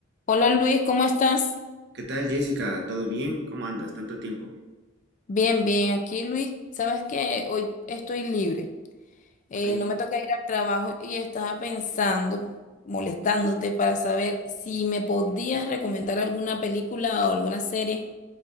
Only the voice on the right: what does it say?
¿Qué tal, Jessica? ¿Todo bien? ¿Cómo andas? Tanto tiempo.
Ok,